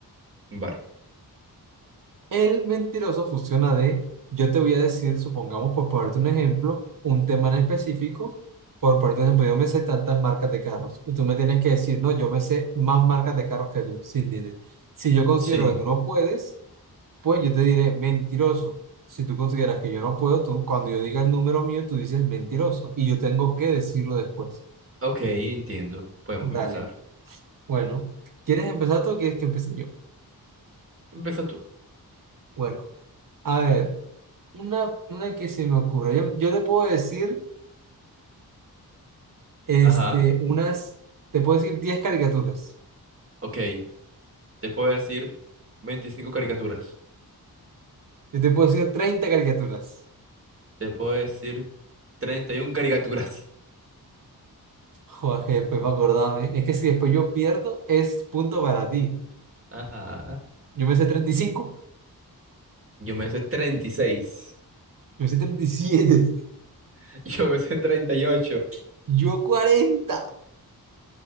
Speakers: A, on the right; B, on the right.
A: Vale.
B: El Mentiroso funciona de, yo te voy a decir, supongamos, por ponerte un ejemplo, un tema en específico. Por ponerte un ejemplo, yo me sé tantas marcas de carros y tú me tienes que decir, no, yo me sé más marcas de carros que tú, sin dinero. Si yo considero
A: Sí.
B: que tú no puedes Pues yo te diré, mentiroso. Si tú consideras que yo no puedo, tú, cuando yo diga el número mío, tú dices mentiroso. Y yo tengo que decirlo después.
A: Ok, entiendo. Podemos
B: Dale.
A: empezar.
B: Bueno, ¿quieres empezar tú o quieres que empiece yo?
A: Empieza tú.
B: Bueno, a ver, una, una que se me ocurra. Yo, yo te puedo decir, este,
A: Ajá.
B: unas, te puedo decir 10 caricaturas.
A: Ok. Te puedo decir veinticinco caricaturas.
B: Yo te puedo decir 30 caricaturas.
A: Te puedo decir 31 caricaturas.
B: Joder, jefe, para acordarme. Es que si después yo pierdo, es punto para ti.
A: Ajá.
B: Yo me sé treinta y cinco
A: Yo me sé 36.
B: yo me sé treinta y siete
A: <laughs> Yo me sé 38.
B: yo cuarenta